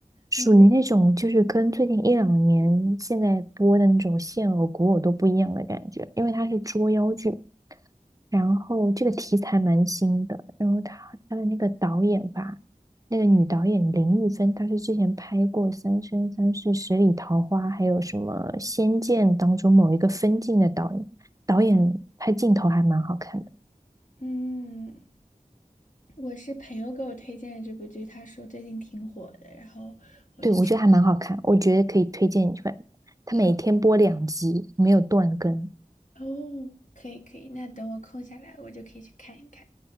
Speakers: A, on the right; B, on the left.
A: 属于那种就是跟最近一两年现在播的那种现偶、
B: 嗯，我
A: 古偶都不一样的感觉，因为它是捉妖剧，然后这个题材蛮新的，然后它它的那个导演吧，那个女导演林玉芬，她是之前拍过《三生三世十里桃花》，还有什么《仙剑》当中某一个分镜的导演，导演拍镜头还蛮好看的，
B: 嗯，我是朋友给我推荐的这部剧，他说最近挺火的，然后我就说
A: 对，我觉得还蛮好看，我觉得可以推荐你去看，他每天播两集，
B: 好
A: 没有断更。
B: 哦，可以可以，那等我空下来，我就可以去看一看。